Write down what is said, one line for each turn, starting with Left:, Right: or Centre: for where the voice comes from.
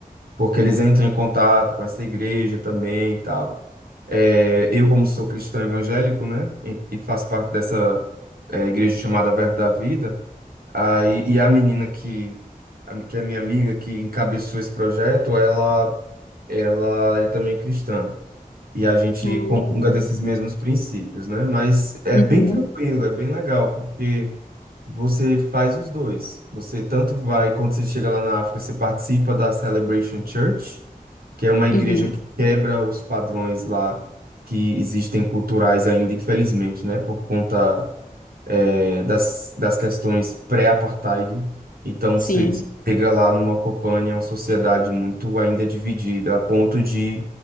Right: porque eles entram em contato com essa igreja também e tal. É, eu, como sou cristão evangélico, né, e, e faço parte dessa é, igreja chamada Verbo da Vida, aí, e a menina que, a- que é minha amiga, que encabeçou esse projeto, ela, ela é também cristã. E a gente
Left: Ah,
Right: comunga desses mesmos princípios, né? Mas é
Left: uhum.
Right: bem tranquilo, é bem legal, porque você faz os dois. Você tanto vai, quando você chega lá na África, você participa da Celebration Church, que é uma igreja
Left: Uhum,
Right: que quebra os padrões lá que existem culturais ainda, infelizmente, né, por conta eh, das, das questões pré-apartheid. Então,
Left: sim.
Right: você chega lá numa Copânia, uma sociedade muito ainda dividida, a ponto de